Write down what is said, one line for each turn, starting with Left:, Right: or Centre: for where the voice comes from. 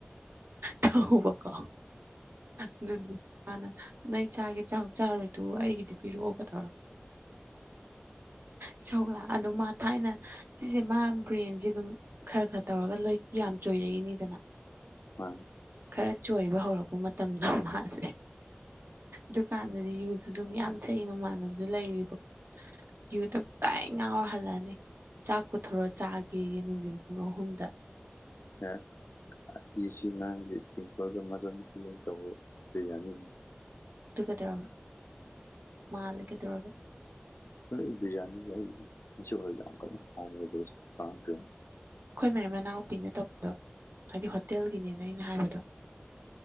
Right: ꯊꯧꯕ ꯀꯣ ꯑꯗꯨꯗꯨ ꯃꯥꯅ ꯅꯣꯏ ꯆꯥꯒꯦ ꯆꯥꯎ ꯆꯥꯔꯣꯏ ꯇꯣꯛꯎ ꯑꯩꯒꯤꯗꯤ ꯄꯤꯔꯛꯑꯣ ꯀꯗꯧꯔꯥ ꯏꯁꯧꯒ ꯂꯥꯡꯉ ꯑꯗꯨ ꯃꯥ ꯊꯥꯏꯅ ꯁꯤꯖꯦ ꯃꯥ ꯕ꯭ꯔꯦꯟꯖꯦ ꯑꯗꯨꯝ ꯈꯔ ꯈꯔ ꯇꯧꯔꯒ ꯂꯣꯏ ꯌꯥꯝ ꯆꯣꯏꯔꯛꯏꯅꯤꯗꯅ
Left: ꯃꯥꯟ
Right: ꯈꯔ ꯆꯣꯏꯕ ꯍꯧꯔꯛꯄ ꯃꯇꯝꯗ ꯃꯥꯁꯦ ꯗꯨꯀꯥꯟꯗꯗꯤ ꯌꯨꯖꯨ ꯑꯗꯨꯝ ꯌꯥꯝ ꯊꯛꯏ ꯃꯃꯥꯟꯕꯖꯨ ꯂꯩꯔꯤꯀꯣ ꯌꯨ ꯇꯞꯇꯥꯏ ꯉꯥꯎꯔ ꯍꯜꯂꯥꯅꯤ ꯆꯥꯛ ꯄꯨꯊꯣꯔꯣ ꯆꯥꯒꯦꯌꯦ ꯅꯨꯡꯗꯤꯟ ꯄꯨꯡ ꯑꯍꯨꯝꯗ
Left: ꯅꯥ ꯑꯦ ꯁꯤ ꯉꯥꯡꯖꯦ ꯗꯤꯝꯄꯜꯒ <unintelligible> ꯌꯥꯅꯤ
Right: ꯇꯨ ꯀꯩꯗꯧꯔꯕ ꯃꯥꯜꯂꯦ ꯀꯩꯗꯧꯔꯕ
Left: ꯅꯣꯏ ꯕꯤꯔꯌꯥꯅꯤꯖꯦ ꯑꯩꯗꯤ ꯅꯤꯆꯨꯕ ꯌꯥꯝ ꯀꯟꯅ ꯍꯥꯎꯕ ꯑꯣꯏꯗꯦ <unintelligible>
Right: ꯈꯣꯏ ꯃꯥꯏ ꯃꯅꯥꯎꯄꯤꯅ ꯇꯧꯕꯗꯣ ꯍꯥꯏꯗꯤ ꯍꯣꯇꯦꯜꯒꯤꯅꯦꯅ ꯑꯩꯅ ꯍꯥꯏꯕꯗꯣ